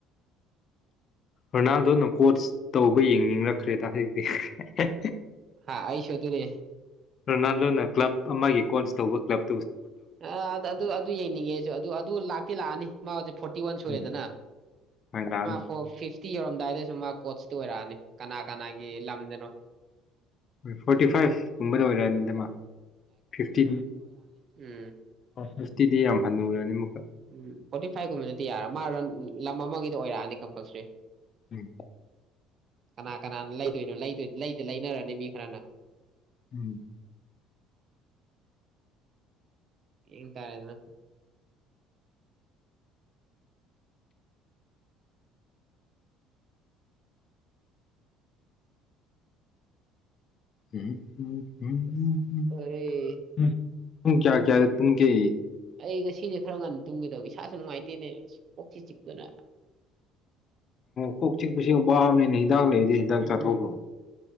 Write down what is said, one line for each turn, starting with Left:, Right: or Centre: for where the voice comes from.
Left: ꯔꯣꯅꯥꯜꯗꯣꯅ ꯀꯣꯆ ꯇꯧꯕ ꯌꯦꯡꯅꯤꯡꯂꯛꯈ꯭ꯔꯦꯗ ꯍꯧꯖꯤꯛꯇꯤ
Right: ꯍꯥꯥ ꯑꯁ ꯑꯗꯨꯨꯅꯦ
Left: ꯔꯣꯅꯥꯜꯗꯣꯅ ꯀ꯭ꯂꯕ ꯑꯃꯒꯤ ꯀꯣꯔꯣꯁ ꯇꯧꯕ ꯀ꯭ꯂꯕ
Right: ꯑ ꯑꯗꯨ ꯑꯗꯨ ꯌꯦꯡꯅꯤꯡꯉꯦꯁꯨ ꯑꯗꯨ ꯑꯗꯨ ꯂꯥꯑꯅꯤ ꯃꯥꯎꯖ ꯐꯇꯤ ꯋꯥꯟ
Left: ꯑꯩꯗꯤ
Right: ꯁꯣꯏꯦꯇꯁ
Left: ꯃꯥꯏ ꯂꯥꯛꯑꯅꯤ
Right: ꯐ ꯇꯤ ꯌꯧꯔꯝꯗꯥꯏꯗꯁꯨ ꯃꯥ ꯀꯣꯠꯁꯤꯇ ꯑꯣꯏꯔꯛꯑꯅꯤ ꯀꯅꯥ ꯀꯅꯥꯒꯤ ꯂꯝꯗꯅꯣ
Left: ꯐꯣꯔꯇꯤ ꯐꯥꯏꯚꯀꯨꯝꯕꯗ ꯑꯣꯏꯔꯛꯑꯅꯤꯗꯃ ꯐꯤꯐꯇꯤ
Right: ꯎ
Left: ꯐꯤꯐꯇꯤꯗꯤ ꯌꯥꯝ ꯍꯟꯅꯨꯔꯅꯤ ꯑꯃꯨꯛꯀ
Right: ꯎ ꯐꯣꯔꯇꯤ ꯐꯥꯏꯚ ꯀꯨꯝꯕꯗꯗꯤ ꯂꯝ ꯑꯃꯒꯤꯗ ꯑꯣꯏꯔꯛꯑꯅꯤ ꯀꯝꯄꯜꯁꯔꯤ
Left: ꯎꯝ
Right: ꯀꯅꯥ ꯀꯅꯥꯅ ꯂꯩꯗꯣꯏꯅꯣ ꯂꯩꯇ ꯂꯩꯅꯔꯅꯤ ꯃꯤ ꯈꯔꯅ
Left: ꯎꯝ
Right: ꯌꯦꯡ ꯇꯥꯔꯦ ꯑꯗꯨꯅ
Left: ꯎꯝ ꯎꯝ ꯎꯝ ꯎꯝ ꯎꯝ
Right: ꯑꯩ
Left: ꯎꯝ ꯄꯨꯡ ꯀꯌꯥ ꯀꯌꯥ ꯇꯨꯨꯝꯒꯦ
Right: ꯑꯩ ꯉꯁꯤꯁꯦ ꯈꯔ ꯉ ꯇꯨꯝꯒꯦꯗꯧ ꯏꯁꯥꯁꯨ ꯅꯨꯡꯉꯥꯏꯇꯦꯅꯦ ꯀꯣꯛꯁꯤ ꯆꯤꯛꯄꯅ
Left: ꯀꯣꯛ ꯆꯤꯛꯄꯁꯦ ꯋꯥꯕꯅꯤꯅꯦ ꯍꯤꯟꯗꯥꯡꯅ ꯑꯩꯗꯤ ꯍꯦꯟꯗꯥꯡ
Right: ꯎꯝ
Left: ꯆꯥꯊꯣꯛꯈ꯭ꯔꯣ